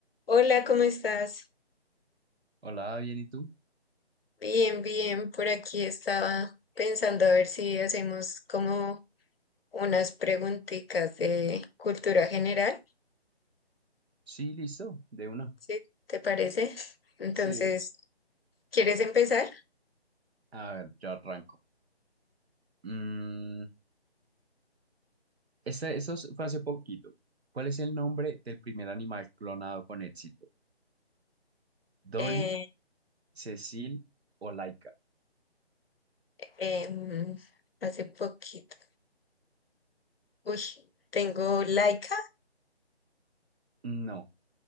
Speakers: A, on the left (about 60°); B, on the right (about 70°).
A: Hola, ¿cómo estás?
B: Hola, bien, ¿y tú?
A: Bien, bien. Por aquí estaba pensando a ver si hacemos como unas preguntitas de cultura general,
B: Sí, listo, de una.
A: ¿sí? ¿Te parece? Entonces,
B: Sí,
A: ¿quieres empezar?
B: A ver, yo arranco. Mm, este, eso es- fue hace poquito. ¿Cuál es el nombre del primer animal clonado con éxito? ¿Dolly,
A: Eh,
B: Cecil o Laika?
A: em, hace poquito. Uy, tengo Laika,
B: No,